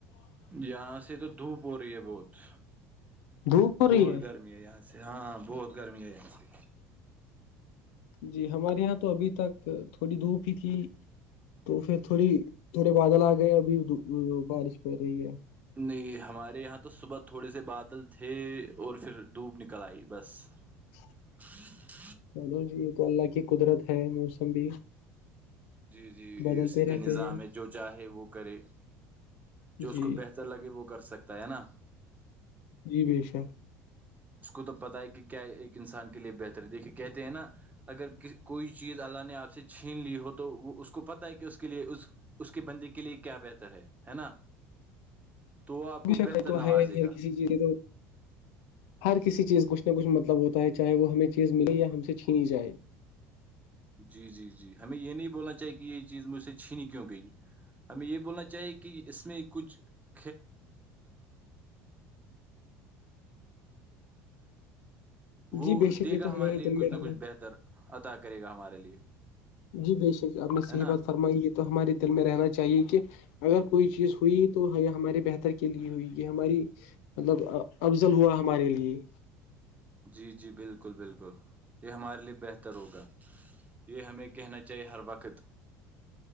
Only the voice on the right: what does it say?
یہاں سے تو دھوپ ہو رہی ہے بہت
بہت
گرمی ہے یہاں سے ہاں بہت گرمی ہےئی ایسے
نہیں ہمارے یہاں تو صبح تھوڑے سے بادل تھے اور پھر دوپ نکل آئی بس
<unintelligible>
جی جی
اسی کا
نظام
ہے جو چاہے وہ کرے جو اس
کو بہتر لگے وہ کر سکتا ہے نا
اس کو تو پتاہ ہے کہ کیا ایک انسان کے لیے بہتر ہے دیکھیے کہتے ہیں نا اگر کوئی چیز اللہ نے آپ سے چھین لی ہو تو وہ اس کو پتہ ہے کہ اس کے لیے اس اس کی بندی کے لیے کیا بہتر ہے ہے نا تو وہ آپ
کو
بہتر
نوازے
گا
جی جی جی ہمیں یہ نہیں بولنا چاہی کہ یہ چیز مجھ سے چھینی کیوں گئی ہمیں یہ بولنا چاہیے کہ اس میں کچھ <unintelligible> وہ
دے
گا
ہمارے لیے
کچھ
نہ
کچھ بہتر اطا کرے گا ہمارے لیے
ہے نا
جی جی بالکل بالکل یہ ہمارے لیے بہتر ہوگا یہ ہمیں کہنا چاہیے ہر وقت